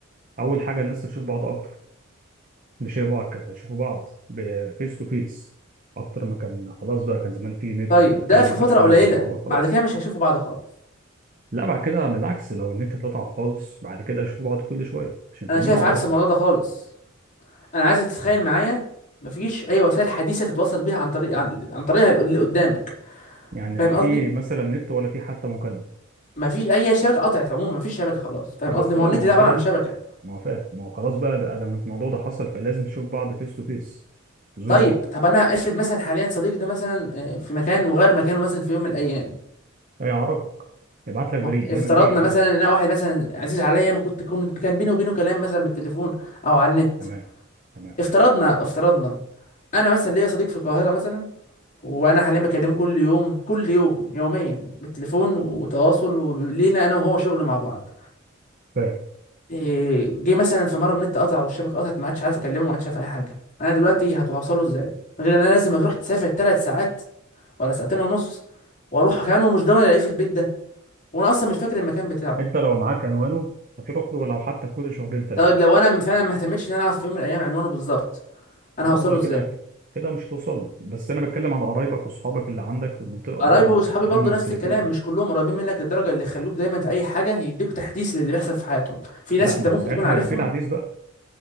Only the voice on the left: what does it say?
طيب
ده في
فتره
قليله
بعد كده مش هيشوفوا بعض خالص
انا شايف
عكس
الموضوع ده خالص انا عايزك تتخيل معايا مفيش اي وسائل حديثه تتواصل بيها عن طريق عن, عن طريقها اللي قدامك
فاهم
قصدي
مفيش اي شبكه قطعت عموما مفيش شبكه خلاص فاهم
قصدي
ما هو النت
ده عباره
عن شبكه
طيب
طب انا افرض مثلا حاليا صديقي ده مثلا آه، في مكان وغير مكانه مثلا في يوم من الايام
ما
هو افترضنا
مثلا ان انا واحد مثلا عزيز عليا ما كنت كن- كان بيني وبينه كلام مثلا بالتليفون او على النت
افترضنا افترضنا انا مثلا ليا صديق في القاهره مثلا وانا حاليا بكلمه كل يوم كل يوم يوميا بالتليفون وتواصل ولينا انا وهو شغل مع بعض
إيه، جه مثلا في مره النت قطع والشبكه قطعت ما عادش عارف اكلمه ما عادش عارف اي حاجه انا دلوقتي هتوصله ازاي غير ان انا لازم اروح تسافر ثلاث ساعات ولا ساعتين ونص واروح كمان ومش ضامن الاقيه في البيت ده وانا اصلا مش فاكر المكان بتاعه
طيب لو انا فعلا ما اهتمتش ان انا اعرف في يوم من الايام عنوانه بالظبط انا
هوصله
ازاي
قرايبي
واصحابي
برضه نفس
الكلام مش كلهم قريبين منك للدرجه اللي يخلوك دايما في اي حاجه يديك تحديث للي بيحصل في حياتهم في ناس
انت
ممكن
تكون عارفهم